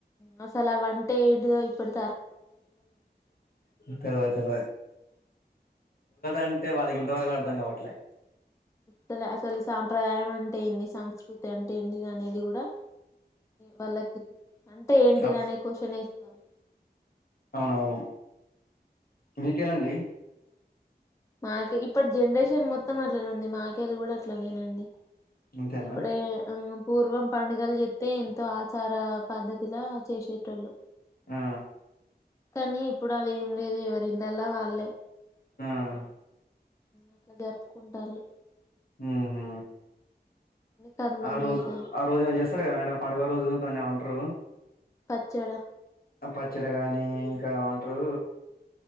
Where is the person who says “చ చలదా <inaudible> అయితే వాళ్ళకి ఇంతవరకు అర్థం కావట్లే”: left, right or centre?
Left